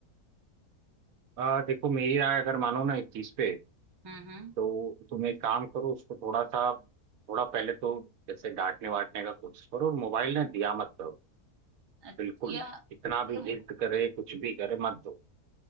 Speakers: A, on the right; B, on the right.
A: आ, देखो मेरी राय अगर मानो ना इस चीज पे
B: हम्म हम्म
A: तो तुम एक काम करो उसको थोड़ा सा थोड़ा पहले तो जैसे डांटने वाटने का कोशिश करो और मोबाइल ना दिया मत करो
B: अच्छा,
A: बिल्कुल
B: या
A: कितना भी
B: ये
A: जिद करे कुछ भी करे मत दो